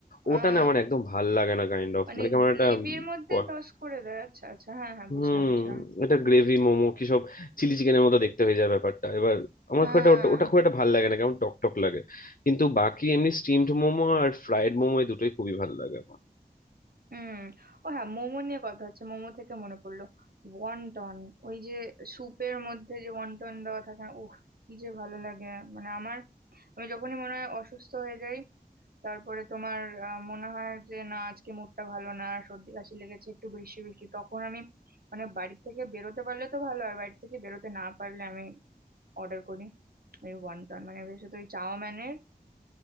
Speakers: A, on the left; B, on the right.
A: ওটা
B: আহ
A: না আমার একদম ভাল লাগে না কাইন্ড অফ
B: মানে
A: মানে কেমন
B: গ্রেভির
A: একটা
B: মধ্যে
A: ক-
B: দশ করে দেয় আচ্ছা আচ্ছা হ্যাঁ হ্যাঁ
A: হুম
B: বুঝলাম বুঝলাম
A: এটা গ্রেভি মোমো কি সব চিলি চিকেনের মতো দেখতে হয়ে যায় ব্যাপারটা এবার আমার
B: হ্যাঁ
A: খুব একটা ওটা ওটা খুব একটা ভাল লাগে না কেমন টক টক লাগে কিন্তু বাকি এমনি স্টিমড মোমো আর ফ্রাইড মোমো এই দুটোই খুবই ভাল লাগে আমার
B: হুম ও হ্যাঁ মোমো নিয়ে কথা হচ্ছে মোমো থেকে মনে পড়লো ওয়ান্টন ওই যে স্যুপের মধ্যে যে ওয়ান্টন দেওয়া থাকে না উফ কি যে ভালো লাগে মানে আমার আমি যখনই মনে হয় অসুস্থ হয়ে যাই তারপরে তোমার আহ, মনে হয় যে না আজকে মুডটা ভালো না সর্দি কাশি লেগেছে একটু বৃষ্টি বৃষ্টি তখন আমি মানে বাড়ি থেকে বেরোতে পারলে তো ভালো আর বাড়ি থেকে বেরোতে না পারলে আমি অর্ডার করি ওই ওয়ান্টন মানে বিশেষত ওই চাওম্যানের